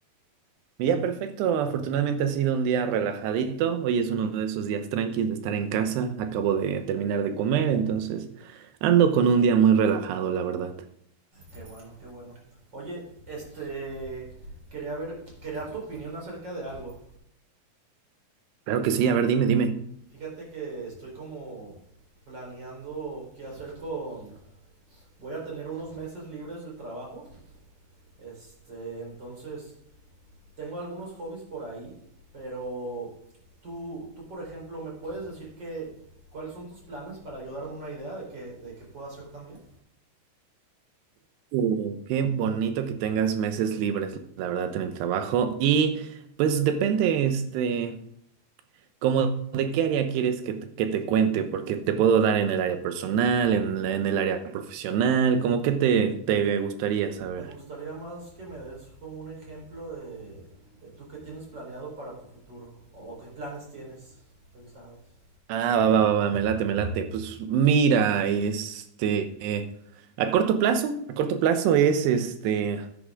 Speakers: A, on the right; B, on the right.
A: Mi día perfecto, afortunadamente ha sido un día relajadito. Hoy es uno de esos días tranquilos de estar en casa. Acabo de terminar de comer, entonces ando con un día muy relajado, la verdad.
B: Qué bueno, qué bueno. Oye, este, quería ver, quería tu opinión acerca de algo.
A: Claro que sí, a ver, dime, dime.
B: Fíjate que estoy como planeando qué hacer con... Voy a tener unos meses libres del trabajo. Este, entonces Tengo algunos hobbies por ahí, pero tú, tú por ejemplo, ¿me puedes decir que, cuáles son tus planes para ayudarme una idea de qué de qué puedo hacer también?
A: Uh, qué bonito que tengas meses libres, la verdad, en el trabajo. Y pues depende, este. ¿Cómo de qué área quieres que te, que te cuente? Porque te puedo dar en el área personal, en, la- en el área profesional, como qué te, te gustaría saber.
B: Me gustaría más que me des como un ejemplo de, de tú qué tienes planeado para tu futuro o, o qué planes tienes pensados.
A: Ah, va, va, va, va, me late, me late. Pues mira, este, eh, a corto plazo, a corto plazo es este,